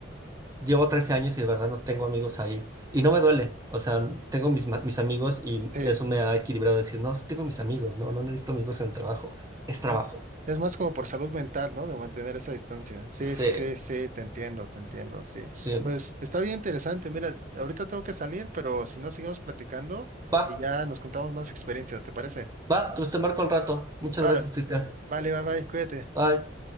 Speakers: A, on the right; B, on the right.
A: Llevo 13 años y de verdad no tengo amigos ahí y no me duele, o sea, tengo mis, ma- mis amigos y
B: Sí.
A: eso me ha equilibrado a decir, no, sí tengo mis amigos, no, no necesito amigos en el trabajo, es trabajo.
B: Mm, Es más como por salud mental, ¿no? De mantener esa distancia. Sí,
A: Sí,
B: sí, sí, sí, te entiendo, te entiendo, sí.
A: sí.
B: Pues está bien interesante. Mira, es- ahorita tengo que salir, pero si no, seguimos platicando
A: Va.
B: y ya nos contamos más experiencias, ¿te parece?
A: Va, entonces te marco al rato. Muchas
B: Ahora,
A: gracias, Cristian.
B: vale, bye, bye, cuídate.
A: Bye.